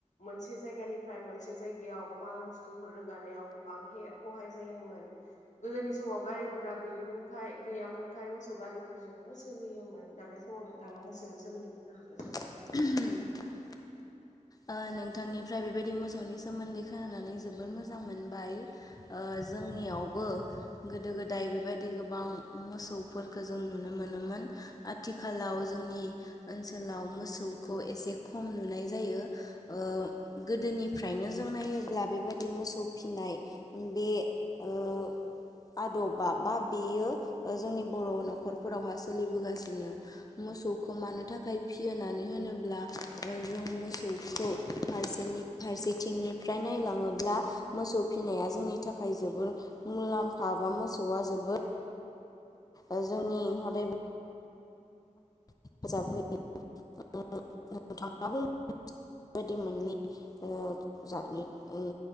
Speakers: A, on the left; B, on the left.
A: मोनसे जायगानिफ्राय मोनसे जायगायाव माल बुस्थुफोर रोगानायाव गोबां हे ह'हाय जायोमोन गोदोनि समाव गारि बुरजा गैयिमोनखाय गैयामोनखाय मोसौ गारिफोरजोंनो सोलियोमोन दा बे समाव नोंथाङा मोसौनि सो मोन्दै बुंनो हागोन।
B: उम। ओ नोंथांनिफ्राय बेबायदि मोसौनि सोमोन्दै खोनानानै जोबोर मोजां मोनबाय। ओ जोंनियावबो गोदो गोदाय बेबायदि गोबां मोसौ फोरखो जों नुनो मोनोमोन। आथिखालाव जोंनि ओनसोलाव मोसौखौ एसे खम नुनाय जायो।
A: <inaudible>
B: ओ गोदोनिफ्रायनो जों नायोब्ला बेबायदि मोसौ फिनाय बे ओ आदबा बा बेयो ओ जोंनि बर' न'खरफोरावहा सोलिबोगासिनो मो मोसौखौ मानो थाखाय फियो होननानै होनोब्ला ओ जों मोस सौखौ फारसेनि फारसेथिंनिफ्राय नायलाङोब्ला मोसौ फिनाया जोंनि थाखा खाय जोबोर मुलाम्फा बा मोसौआ जोबोद ओ जोंनि हदाय हेफाजाब होयो नों नोंथाङाबो बेबायदि मोननै उमुं जाथनि उम